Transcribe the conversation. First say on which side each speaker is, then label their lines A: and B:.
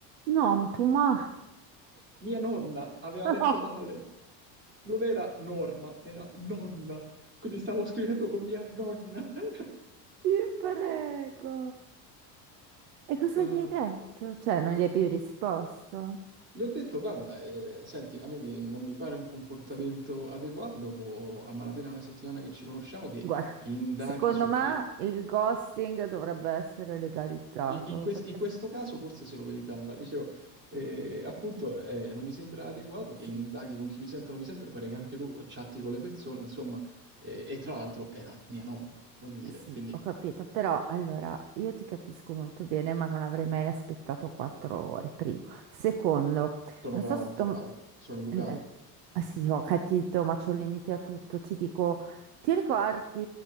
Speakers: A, on the right; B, on the right.
A: no, tu ma...
B: Mia nonna aveva
A: <laughs> No!
B: letto male. Non era norma, era nonna. Quindi stavo scrivendo con mia nonna. <laughs>
A: Ti prego. E cosa
B: Ah,
A: gli hai detto? Cioè, non gli hai più risposto?
B: gli ho detto, guarda, eh, senti, a me mi- non mi pare un comportamento
A: Se-
B: adeguato dopo a malapena una settimana che ci conosciamo, che
A: Guarda,
B: indaghi
A: secondo
B: su
A: me
B: chi
A: il ghosting dovrebbe essere legalizzato,
B: In, in que-
A: perché
B: in questo
A: se-
B: caso forse se lo meritava. Dicevo, eh, appunto, eh, non mi sembra adeguato che
A: senti,
B: indaghi con chi mi sento o non mi sento, mi pare che anche tu chatti con le persone, insomma, eh, e tra l'altro era mia nonna, voglio dire,
A: Sì,
B: quindi
A: ho capito, però allora io ti capisco molto bene, ma non avrei mai aspettato quattro ore, primo. Secondo,
B: sono
A: non
B: galante,
A: so se tu...
B: Barb, sono educato.
A: eh, ah, Sì, ho capito, ma c'ho il limite a tutto. Ti dico, ti ricordi